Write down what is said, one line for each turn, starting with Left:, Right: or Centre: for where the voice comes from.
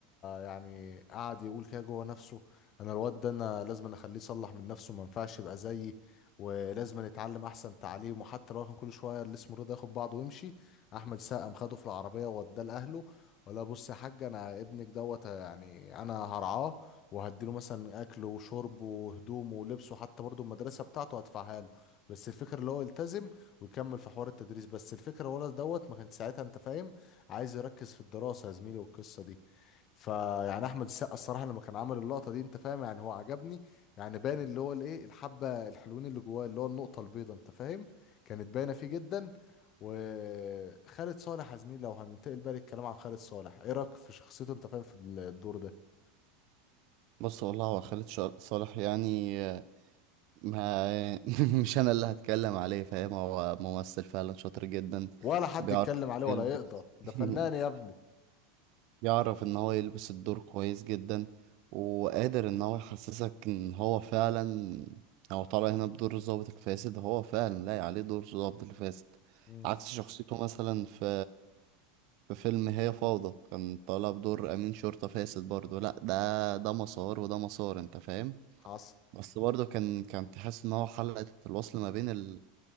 Left: يعني قعد يقول كده جوه نفسه انا الواد ده انا لازم أنا اخليه يصلح من نفسه ما ينفعش يبقى زيي ولازم أنا يتعلم احسن تعليم وحتى لو كان كل شويه اللي اسمه رضا ياخد بعضه ويمشي احمد السقا قام خده في العربيه ووداه لاهله ولا بص يا حاج انا ابنك دوت يعني انا هرعاه وهديله مثلا اكله وشربه وهدومه ولبسه حتى برضه المدرسه بتاعته هدفعها له بس الفكره اللي هو يلتزم ويكمل في حوار التدريس بس الفكره الولد دوت ما كان ساعتها انت فاهم عايز يركز في الدراسه يا زميلي والقصه دي فيعني احمد السقا الصراحه لما كان عامل اللقطه دي انت فاهم يعني هو عجبني يعني باين اللي هو الايه الحبه الحلوين اللي جواه اللي هو النقطه البيضاء انت فاهم كانت باينه فيه جدا وخالد صالح يا زميلي لو هننتقل بقى للكلام عن خالد صالح ايه رايك في شخصيته انت فاهم في الدور ده
Right: بص والله هو خالد شا- صالح يعني ما <laughs> مش انا اللي هتكلم عليه فاهم هو ممثل فعلا شاطر جدا
Left: ولا حد
Right: بيعرف
Left: يتكلم عليه
Right: يلبس
Left: ولا يقدر ده
Right: <laughs>
Left: فنان يا ابني
Right: بيعرف ان هو يلبس الدور كويس جدا وقادر ان هو يحسسك ان هو فعلا هو طالع هنا بدور الضابط الفاسد هو فعلا لاقي عليه دور الضابط الفاسد
Left: مم.
Right: عكس شخصيته مثلا في في فيلم هي فوضى كان طالع بدور امين شرطة فاسد برضه لا ده ده مسار وده مسار انت فاهم
Left: حصل
Right: بس برضه كان كان تحس ان هو حلقة الوصل ما بين ال...